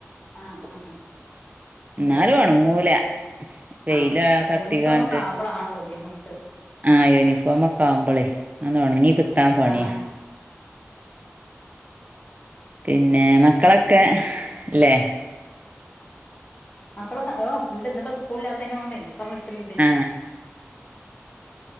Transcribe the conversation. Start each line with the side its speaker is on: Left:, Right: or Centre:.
Left: ആഹ് ആഹ്
Right: ന്നാലും
Left: വെയില്
Right: ഒണങ്ങൂല വെയ്ല്
Left: ആഹ്
Right: തട്ടിങ്കാണ്ട്
Left: യൂണിഫോം ഒക്കെ ആവുമ്പോളാണ് ബുദ്ധിമുട്ട്
Right: ആഹ് യൂണിഫോമൊക്കെ ആവുമ്പളേ അഒന്ന് ഒണങ്ങി കിട്ടാം പണ്യാ.
Left: ആഹ് ആഹ്
Right: പിന്നെ മക്കളക്കെ ലെ
Left: മക്കളൊക്കെ ഓഹ് ണ്ട് ന്ന്പ്പോ സ്കൂളില്ലാതേന കൊണ്ടയ് അവിടുത്രുണ്ട്
Right: ആഹ്